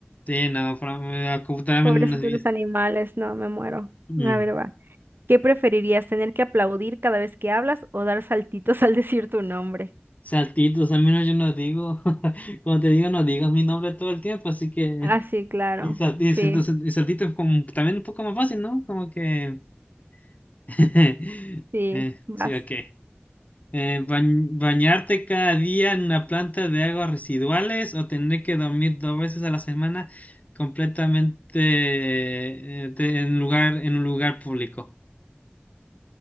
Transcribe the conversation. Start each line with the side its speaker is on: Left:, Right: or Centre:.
Left: Sí, no, fra- la computadora
Right: Pobrecitos
Left: menos nos vida.
Right: los animales, no, me muero.
Left: Mm.
Right: A ver, va. ¿Qué preferirías, tener que aplaudir cada vez que hablas o dar saltitos <laughs> al decir tu nombre?
Left: Saltitos, al menos yo no digo, <laughs> como te digo, no digas mi nombre todo el tiempo, así que...
Right: Ah, sí, claro.
Left: Y, sal- y
Right: Sí,
Left: sal- y saltito es como también un poco más fácil, ¿no? Como que... <laughs>
Right: sí,
Left: Eh,
Right: vas.
Left: sí, ok. Eh, bañ- ¿bañarte cada día en una planta de aguas residuales o tener que dormir dos veces a la semana completamente eh, de- en lugar, en un lugar público?